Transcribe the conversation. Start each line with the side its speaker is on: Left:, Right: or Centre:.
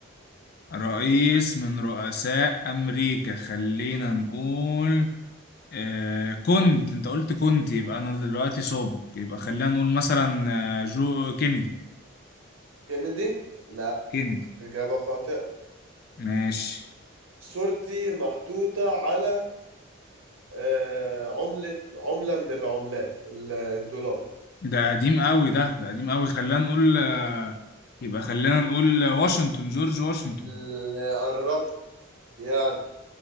Left: رئيس من رؤساء امريكا خلينا نقول آه كنت انت قلت كنت يبقى انا دلوقتي سابق يبقى خلينا نقول مثلا آه، جو كينيدي
Right: كينيدي لا
Left: كينيدي
Right: إجابة خاطئة
Left: ماشي
Right: صورتي محطوطة على آه عملة عملة من العملات ال- الدولار
Left: ده قديم قوي ده ده قديم قوي خلينا نقول آه، يبقى خلينا نقول آه، واشنطن جورج واشنطن
Right: اللي قربت يعني